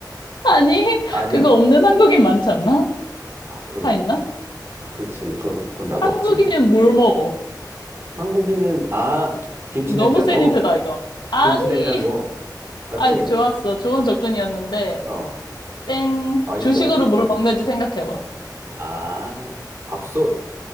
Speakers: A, on the left; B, on the right.
A: 아니
B: 아니야?
A: 그거 없는 한국인 많지 않나?
B: 아, 그러네.
A: 다 있나?
B: 아, 그렇지. 그건, 그건 나도
A: 한국인은
B: 없지.
A: 뭘 먹어?
B: 한국인은, 아, 김치냉장고?
A: 너무 센 힌트다 이거. 아니.
B: 김치냉장고. 맞지?
A: 아, 좋았어. 좋은 접근이었는데,
B: 어.
A: 땡.
B: 아, 이것도
A: 주식으로
B: 아니야?
A: 뭘 먹는지 생각해봐.
B: 아, 밥솥.